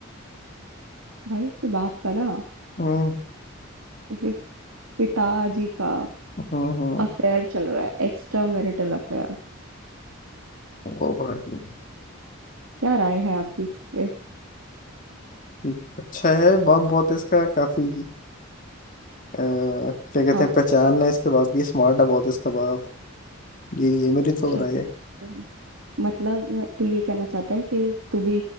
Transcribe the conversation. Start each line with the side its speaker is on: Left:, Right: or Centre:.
Right: भाई इसके बाप का ना
Left: हम्म
Right: इसके पिताजी का
Left: हम्म हम्म।
Right: अफेयर चल रहा है एक्स्ट्रा मैरिटल अफेयर
Left: ओ भाई
Right: क्या राय है आपकी इस पे
Left: ठीक, अच्छा है बम बहुत है इसका काफी अ, क्या कहते
Right: हाँ
Left: हैं पहचान है इसके बाप की स्मार्ट है बहुत इसका बाप ये ये मेरी
Right: अच्छा
Left: तो हो रहा
Right: अच्छा
Left: है
Right: अच्छा।
Left: <laughs>
Right: मतलब तू ये कहना चाहता है कि तू भी